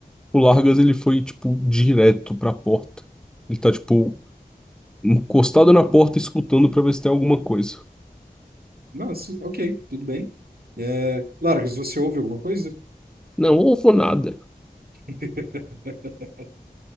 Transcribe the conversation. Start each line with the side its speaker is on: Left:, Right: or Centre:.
Centre: o Largas, ele foi, tipo, direto pra porta. Ele tá, tipo, encostado na porta, escutando pra ver se tem alguma coisa.
Right: Nossa, ok, tudo bem. É, Largas, você ouve alguma coisa?
Centre: Não houve nada.
Right: <laughs>